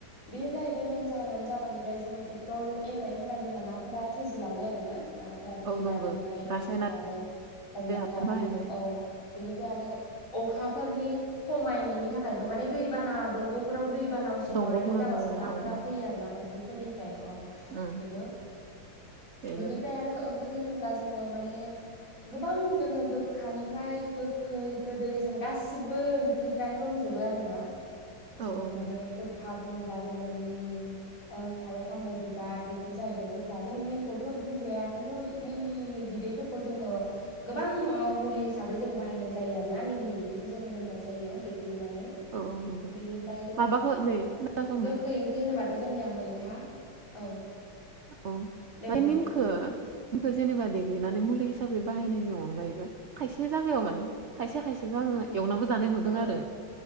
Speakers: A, on the left (about 40°); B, on the right (about 55°).
A: बेयो जाहैबाय मेेन जाहोनानो जाबााहैबाय जोङो ट्रेक्टर एवनायनि थाखाय जोंना नाफोरा थैजोबलांबाय आरो ना ना फोराबो
B: औ
A: गैला
B: नंगौ
A: बेनिफ्राय
B: रासायनारि
A: मानसिफ्राबो हमनानै
B: हासार
A: लाबोयो।
B: बाहायनाय
A: औ बेनिफ्राय आरो अखाफोरनि खमायनायनि थाखायबो माने दैबाना दंग'फोराव दैबा उसिफावलायनाय
B: दंग'फोराव
A: जाबासो
B: दोनो
A: नाफोरा
B: ना औ उम
A: फैयो आरो ना फुख्रिफोरनिफ्राय अ
B: उम
A: बेबो
B: बेबो
A: बेनिफ्राय आरो ओं होनोब्ला जोङो माने गोबां जोङो गोखानिफ्राय गो खै गोदै जों गासिबो ओंख्रिफ्रानो दंजोबो आरो ना
B: औ
A: जोङो माने
B: नंगौ।
A: गो खा बुङोब्ला जोङो निम ओ खारौ खान्दाय बिबार बेफोर जाहैबाय गोखा जों निमखौथ' ओंख्रि जाया खिन्थु निमनि बिदैफोरखौ जोङो गोबां ओ मुलि हिसाबै जों बाहायनाय जायो आरो ना निमनि बिदिखौ जों लोंनाय जायो देग्लिनानै।
B: औ औ नंगौ
A: बेनिफ्रायथ'
B: माबाखौ नै खोनासंनाय
A: गोखै ओंख्रि होनोबाथ' जोंनिया मैथा औ।
B: ओ
A: दे
B: फाय
A: बुं
B: निमखो खो जेनेबा देग्लिनानै मुलि हिसाबै बाहायनायनि अनगायैबो खायसे जायागायाव माने खायसे खायसेखौ आङो एवनाबो जानाय नुदों
A: औ
B: आरो।